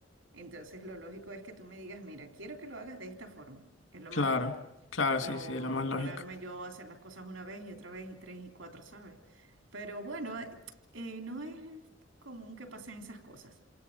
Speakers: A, on the right (about 80°); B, on the left (about 80°).
A: entonces lo lógico es que tú me digas, mira, quiero que lo hagas de esta forma. Es lo
B: claro,
A: más lógico.
B: claro,
A: No
B: sí, sí, lo más lógico.
A: ponerme yo a hacer las cosas una vez y otra vez y tres y cuatro, ¿sabes? Pero bueno, eh, no es común que pasen esas cosas.